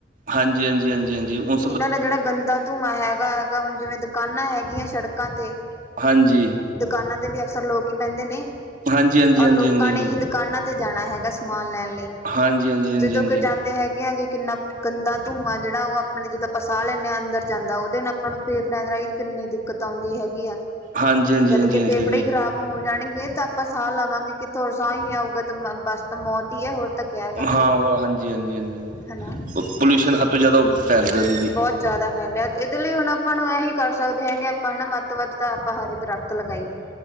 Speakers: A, on the right (about 45°); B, on the left (about 15°).
A: ਹਾਂਜੀ-ਹਾਂਜੀ, ਹਾਂਜੀ-ਹਾਂਜੀ, ਉ
B: ਇਹਨਾਂ ਦਾ ਜਿਹੜਾ ਗੰਦਾ ਧੂੰਆਂ ਹੈਗਾ- ਹੈਗਾ, ਹੁਣ ਜਿਵੇਂ ਦੁਕਾਨਾਂ ਹੈਗੀਆਂ ਸੜਕਾਂ ਤੇ
A: ਹਾਂਜੀ।
B: ਦੁਕਾਨਾਂ ਤੇ ਵੀ ਅਕਸਰ ਲੋਕ ਹੀ ਬਹਿੰਦੇ ਨੇ,
A: ਹਾਂਜੀ ਹਾਂਜੀ
B: ਔਰ
A: ਹਾਂਜੀ
B: ਲੋਕਾਂ
A: ਹਾਂਜੀ
B: ਨੇ ਹੀ ਦੁਕਾਨਾਂ ਦੇ ਜਾਣਾ ਹੈਗਾ ਸਮਾਨ ਲੈਣ ਲਈ।
A: ਹਾਂਜੀ ਹਾਂਜੀ ਹਾਂਜੀ
B: ਜਦੋਂ
A: ਹਾਂਜੀ
B: ਕੋਈ ਜਾਂਦੇ ਹੈਗੇ ਆ ਜੀ ਕਿੰਨਾ ਗੰਦਾ ਧੂੰਆਂ ਜਿਹੜਾ, ਉਹ ਆਪ ਆਪਣੇ ਜਦੋਂ ਆਪਾਂ ਸਾਹ ਲੈਂਦੇ ਹਾਂ, ਅੰਦਰ ਜਾਂਦਾ ਉਹਦੇ ਨਾਲ ਆਪਾਂ ਨੂੰ ਫੇਫੜਿਆਂ ਦੇ ਰਾਹੀਂ ਕਿੰਨੀ ਦਿੱਕਤ ਆਉਂਦੀ ਹੈਗੀ ਆ।
A: ਹਾਂਜੀ ਹਾਂਜੀ
B: ਜਦ
A: ਹਾਂਜੀ
B: ਕੇ
A: ਹਾਂਜੀ
B: ਫੇਫੜੇ
A: ਦੀਦੀ
B: ਹੀ ਖ਼ਰਾਬ ਹੋ ਜਾਣਗੀਆਂ ਤਾਂ ਆਪਾਂ ਸਾਹ ਲਵਾਂਗੇ ਕਿੱਥੋਂ ਹੋਰ ਸਾਹ ਹੀ ਨਹੀਂ ਆਊਗਾ, ਤਾਂ ਮਾ ਬਸ ਤਾਂ ਮੌਤ ਹੀ ਹੈ ਹੋਰ ਤਾਂ ਕਿਆ ਹੈਗਾ ਨਾ
A: ਹਾਂ, ਉਹ ਹਾਂਜੀ-ਹਾਂਜੀ-ਹਾਂਜੀ-ਹਾਂਜੀ।
B: ਹਨਾ
A: ਪੋਲਿਊਸ਼ਨ ਹੱਦ ਤੋਂ ਜ਼ਿਆਦਾ ਫੈਲ ਰਿਹਾ ਦੀਦੀ।
B: ਬਹੁਤ ਜ਼ਿਆਦਾ ਫੈਲਿਆ। ਇਹਦੇ ਲਈ ਹੁਣ ਆਪਾਂ ਨੂੰ ਇਹੀ ਕਰ ਸਕਦੇ ਹੈਗੇ ਆਪਾਂ ਹੈਨਾ ਵੱਧ ਤੋਂ ਵੱਧ ਤਾਂ ਆਪਾਂ ਹਰੇ ਦਰਖਤ ਲਗਾਈਏ।